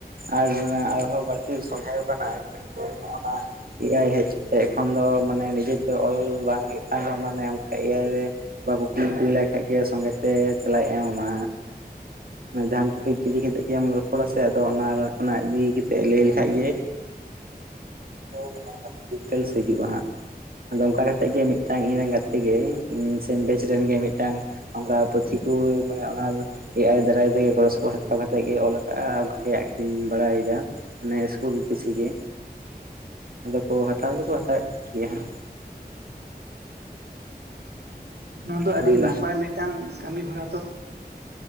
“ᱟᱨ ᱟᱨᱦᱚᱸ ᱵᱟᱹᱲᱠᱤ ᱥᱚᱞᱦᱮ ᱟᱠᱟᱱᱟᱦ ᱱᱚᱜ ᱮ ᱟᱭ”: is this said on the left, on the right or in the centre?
Right